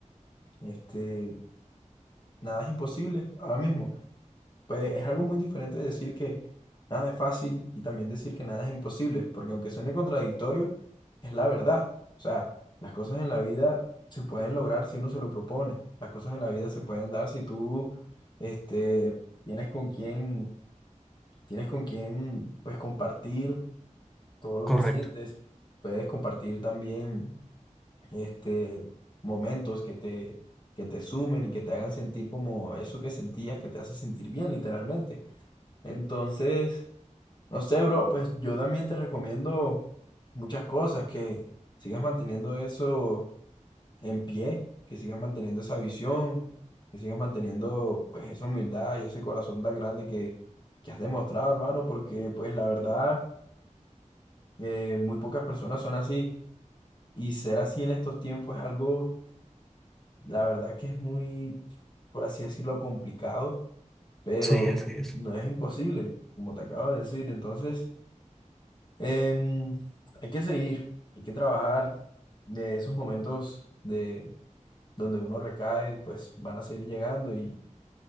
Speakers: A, on the left; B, in the centre.
A: este, nada es imposible ahora mismo pues es algo muy diferente de decir que nada es fácil y también decir que nada es imposible, porque aunque suene contradictorio, es la verdad. O sea, las cosas en la vida se pueden lograr si uno se lo propone. Las cosas en la vida se pueden dar si tú, este, tienes con quién, tienes con quién, pues compartir todo lo
B: correcto.
A: que sientes. Puedes compartir también, este, momentos que te, que te sumen y que te hagan sentir como eso que sentías, que te hace sentir bien, literalmente. Entonces, no sé, bro, pues yo también te recomiendo muchas cosas, que sigas manteniendo eso en pie, que sigas manteniendo esa visión, que sigas manteniendo pues esa humildad y ese corazón tan grande que, que has demostrado, hermano, porque pues la verdad, eh, muy pocas personas son así y ser así en estos tiempos es algo, la verdad que es muy, por así decirlo, complicado, pero
B: Sí, así es.
A: no es imposible, como te acabo de decir, entonces... Em, hay que seguir, hay que trabajar. De esos momentos de donde uno recae, pues van a seguir llegando y